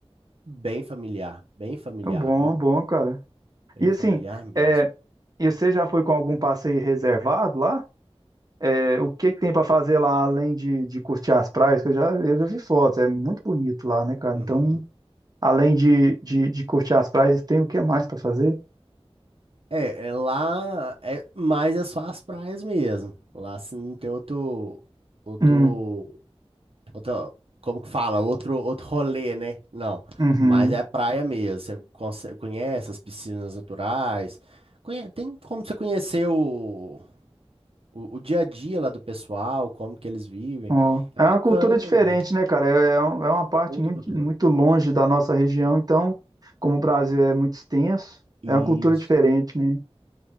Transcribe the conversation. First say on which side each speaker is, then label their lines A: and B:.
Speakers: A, on the right; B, on the right.
A: Bem familiar, bem familiar,
B: É bom,
A: viu?
B: bom, cara.
A: Bem
B: E
A: familiar
B: assim,
A: mesmo.
B: é, e você já foi com algum passeio reservado lá? É, o que que tem para fazer lá além de, de curtir as praias? Que eu já, eu já vi fotos, é muito bonito lá, né, cara?
A: Uhum.
B: Então, além de, de, de curtir as praias, tem o que mais para fazer?
A: É, é lá, é, mas é só as praias mesmo. Lá assim, não tem outro, outro
B: Hum,
A: Outro, como que fala? Outro, outro rolê, né? Não,
B: uhum.
A: mas é praia mesmo. Você conse- conhece as piscinas naturais. Conhe- tem como você conhecer o, o, o dia a dia lá do pessoal, como que eles vivem.
B: Ó,
A: É
B: É
A: bacana
B: uma cultura
A: também.
B: diferente, né, cara? É, é um- é uma parte
A: Outra
B: muito,
A: cultura.
B: muito longe da nossa região, então, como o Brasil é muito extenso,
A: Isso.
B: é uma cultura diferente, né?